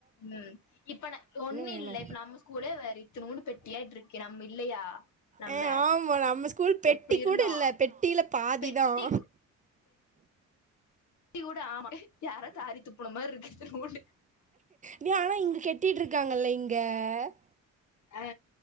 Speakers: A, on the left (about 70°); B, on the right (about 25°).
A: ம் இப்ப நா ஒண்ணு
B: வேணு
A: இல்ல இப்ப நம்ம ஸ்கூலே பாரு இத்தனோண்டு பெட்டியாட்டுகுக்கு நம்ப இல்லையா நம்ப
B: அ ஆமா நம்ம ஸ்கூல் பெட்டி
A: எப்டி இருந்தோ
B: கூட இல்ல பெட்டில பாதிதான்
A: பெட்டி டி கூட ஆமா யாரோ காரி துப்புன மாரி இருக்கு இத்துனூண்டு
B: நீ ஆனா இங்க கெட்டிட்டு இருக்காங்கல்ல இங்க அ
A: ஆ